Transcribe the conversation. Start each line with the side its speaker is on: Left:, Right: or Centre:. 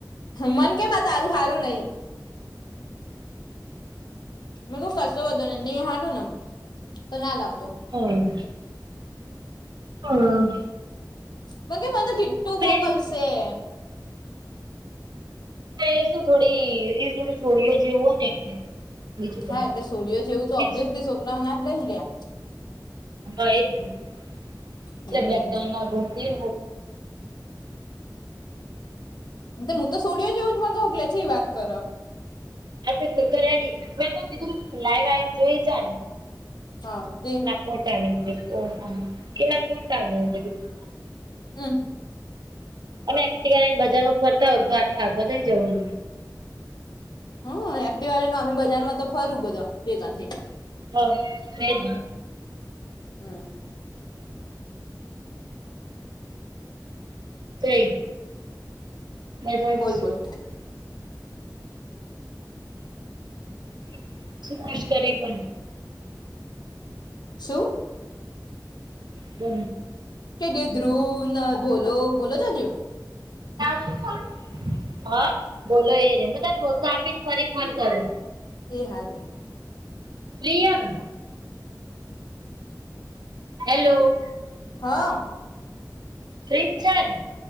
Left: મન કેમ તારું સારું નહી. મે ક કરશો બધું ને નહી હાડું નેમ તો ના લાવતો
Right: હમ. હમ.
Left: મં ગ મં તો કીટું
Right: મેં
Left: મોકલસેે.
Right: એ શું થોડી <unintelligible> એ થોડી છોડીઓ જેવું હોય ને એટલે. બીજું
Left: હા એટલે સોડિયો જેવું તો
Right: કઈ
Left: ઓબ્યિસલી છોકરાઓ ના જ લઈ લયા.
Right: હા એકદમ
Left: હમ
Right: એ બ્લક કલર ના <unintelligible> ઘમતી
Left: એ હું તો સોડ્યો જોવ જ મંગાઉગ લલે છે વી વાત કર.
Right: હા તો કકર રેડી મેં તો કીધું લાઈવ આવીને જોઈ ચ
Left: હા તે.
Right: ફોટા <unintelligible> કેના ફોટા <unintelligible>
Left: હમ.
Right: અને એકટીવા લેને બજાર માં ફરતા હોય તો આટલી આગો થઈ જવા.
Left: હમ એક્ટિવા લે નો અમે બજારમાં તો ફરું બધો ભેગા થઈ.
Right: હ તે જ
Left: હમ
Right: કઈ. મે
Left: બોલ
Right: શ
Left: બોલ
Right: <unintelligible> શું ખુશ કરી પણ
Left: શું
Right: બલો.
Left: કે ગ ધ્રુવ ના ભોલો ભોલો ચયા જ્યો.
Right: તજું કો હા બોલો એ રે હું તને મો તો આપીને ફરી ફોન કરું.
Left: એ હારુવેય.
Right: પ્રિયાન. હેલો.
Left: હા.
Right: ફી છેન